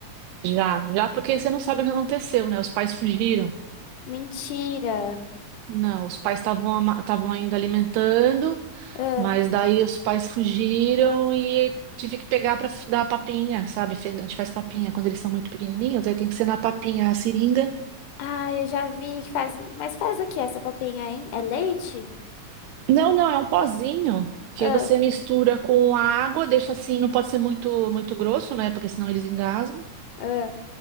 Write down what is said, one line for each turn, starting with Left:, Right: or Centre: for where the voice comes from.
Right: Já, já porque você não sabe o que aconteceu, né? Os pais fugiram.
Left: Mentira.
Right: Não, os pais estavam ama- estavam ainda alimentando,
Left: Ah.
Right: mas daí os pais fugiram e tive que pegar para dar papinha, sabe? Fe- A gente faz papinha quando eles são muito pequenininhos, aí tem que ser na papinha, a seringa.
Left: Ah, eu já vi que faz. Mas faz o que essa papinha, hein? É leite?
Right: Não, não, é um pozinho que
Left: Ah,
Right: aí você mistura com a água, deixa assim, não pode ser muito muito grosso, né? Porque senão eles engasgam.
Left: ah.